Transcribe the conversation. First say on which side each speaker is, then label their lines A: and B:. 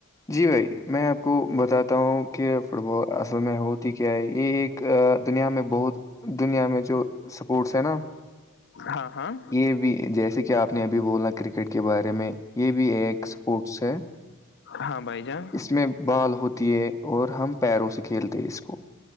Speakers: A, on the left (about 15°); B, on the left (about 55°).
A: جی بھائی میں آپ کو بتاات بتا ہوں کہ فٹ بال اصل میں ہوتی کیا ہے یہ ایک دنیا میں بہت دنیا میں جو سپورٹس ہے نا
B: ہاں ہاں
A: یہ بھی جیسے کہ آپ نے ابھی بولا کرکٹ کے بارے میں یہ بھی ایک اسپورٹس ہے
B: ہاں بھائی جان
A: اس میں بال ہوتی ہے اور ہم پیروں سے کھیلتے ہیں اس کو